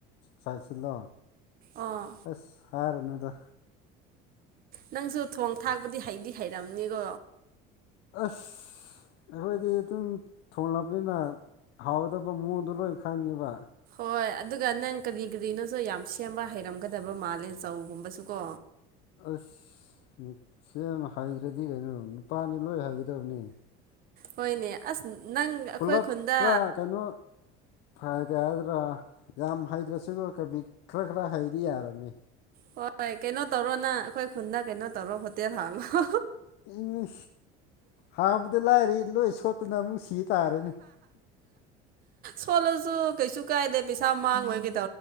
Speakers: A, on the left; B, on the right.
A: ꯆꯥꯏꯁꯤꯜꯂꯣ
B: ꯑꯣ
A: ꯑꯁ ꯍꯥꯏꯔꯅꯨꯗ
B: ꯅꯪꯁꯨ ꯊꯣꯡ ꯊꯥꯛꯄꯗꯤ ꯍꯩꯗꯤ ꯍꯩꯔꯝꯅꯤꯀꯣ
A: ꯑ ꯑꯩꯈꯣꯏꯗꯤ ꯑꯗꯨꯝ ꯊꯣꯡꯂꯕꯅꯤꯅ ꯍꯥꯎꯗꯕ ꯃꯑꯣꯡꯗꯣ ꯂꯣꯏ ꯈꯪꯉꯤꯕ
B: ꯍꯣꯏ ꯑꯗꯨꯒ ꯅꯪ ꯀꯔꯤ ꯀꯔꯤꯅꯣꯁꯨ ꯌꯥꯝ ꯁꯦꯝꯕ ꯍꯩꯔꯝꯒꯗꯕ ꯃꯥꯜꯂꯦ ꯆꯧꯒꯨꯝꯕꯁꯨ ꯀꯣ
A: ꯑꯁ ꯁꯦꯝ ꯍꯥꯏꯩꯗ꯭ꯔꯗꯤ ꯀꯩꯅꯣ ꯅꯨꯄꯥꯅꯤ ꯂꯣꯏ ꯍꯥꯏꯒꯗꯕꯅꯤ
B: ꯍꯣꯏꯅꯦ ꯑꯁ ꯅꯪ ꯑꯩꯈꯣꯏ
A: ꯄꯨꯂꯞ
B: ꯈꯨꯟꯗ
A: ꯄꯨꯥ ꯀꯩꯅꯣ ꯐ ꯀꯩꯗ꯭ꯔꯥ ꯌꯥꯝ ꯍꯩꯇ꯭ꯔꯁꯨ ꯀꯕꯤꯛ ꯈꯔ ꯈꯔ ꯍꯩꯗꯤ ꯌꯥꯔꯕꯅꯤ
B: ꯍꯣꯏ ꯀꯩꯅꯣ ꯇꯧꯔꯣ ꯅ ꯑꯩꯈꯣꯏ ꯈꯨꯟꯗꯥ ꯀꯩꯅꯣ ꯇꯧꯔꯣ ꯍꯣꯇꯦꯜ ꯍꯥꯥꯡꯂꯣ
A: ꯏ ꯍꯕꯗ ꯂꯥꯏꯔꯤ ꯂꯣꯏ ꯁꯣꯠ ꯅꯪ ꯁꯤ ꯇꯥꯔꯦꯅꯦ
B: ꯁꯣꯜꯂꯁꯨ ꯀꯩꯁꯨ ꯀꯥꯏꯗꯦ ꯄꯩꯁꯥ ꯃꯥꯡꯉꯒ